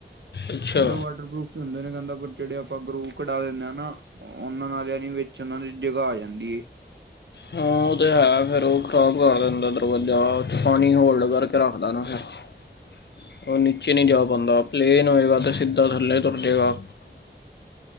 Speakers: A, on the left; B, on the right.
A: ਅੱਛਾ
B: ਕਹਿੰਦਾ ਵਾਟਰਪੂਫ ਤੇ ਹੁੰਦੇ ਨੇ ਕਹਿੰਦਾ ਜਿਹੜੇ ਆਪਾਂ ਗਰੂ ਕਢਾ ਦਿੰਦੇ ਹਾਂ ਨਾ ਉਹਨਾਂ ਨਾਲਿਆਂ ਨ ਵਿੱਚ ਉਹਨਾਂ ਦੀ ਜ੍ਹਾ ਆ ਜਾਂਦੀ ਹੈ।
A: ਹਾਂ ਉਹ ਤਾਂ ਹੈ ਫਿਰ ਉਹ ਖ਼ਰਾਬ ਕਰ ਦਿੰਦਾ ਦਰਵਾਜ਼ਾ ਪਾਣੀ ਹੋਲਡ ਕਰਕੇ ਰੱਖਦਾ ਨਾ ਫਿਰ ਉਹ ਨੀਚੇ ਨਹੀਂ ਜਾ ਪਾਉਦਾ ਪਲੇਨ ਹੋਵੇਗਾ ਤੇ ਸਿੱਧਾ ਥੱਲੇ ਤੁਰ ਜਾਵੇਗਾ।